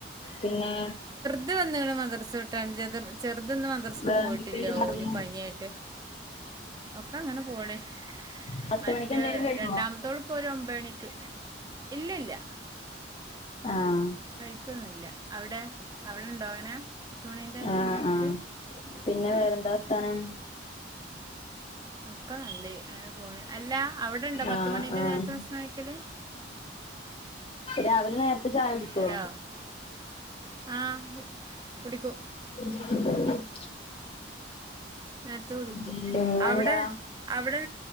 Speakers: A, on the left (about 30°); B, on the right (about 20°).
A: പിന്നെ
B: ത് വന്ന്ണ് മദ്രസ് വിട്ടാണ്ട് <unintelligible> ചെറുത് ന്ന് മദ്രസ്ക്ക്
A: വേറെന്തൊക്കെയ
B: പോയിട്ടില്ല
A: വിശേഷങ്ങള്
B: ഓന് പനിയായിട്ട് ഒക്കെ അങ്ങനെപോണ്
A: പത്ത്
B: മറ്റേ
A: മണിക്ക് എന്തായാലും കഴിക്കുമോ
B: രണ്ടാമത്തോള് ഇപ്പൊ ഒരു ഒമ്പണിക്ക് ഇല്ലില്ല
A: ആഹ്
B: കഴിക്കൊന്നുല്ല അവിടെ അവിടെണ്ടോ അങ്ങനെ? പത്ത് മണീന്റെ
A: ആഹ്
B: നേരത്ത്
A: ആഹ് പിന്നെ വേറെന്താ വർത്താനം?
B: ഒക്കെനല്ലേഹ് അങ്ങനെപോണ് അല്ല അവിടെണ്ടോ
A: ആഹ്
B: പത്ത്മണീന്റെ
A: ആഹ്
B: നേരത്ത് ഭക്ഷ്ണം കഴിക്കല്
A: രാവിലെ നേരത്തെ ചായൊടിക്കോ?
B: ഹലോ ആഹ് കുടിക്കും.
A: <unintelligible>
B: നേരത്തെ വിളിക്കും
A: പിന്നന്താ
B: അവിടെ അവിടെ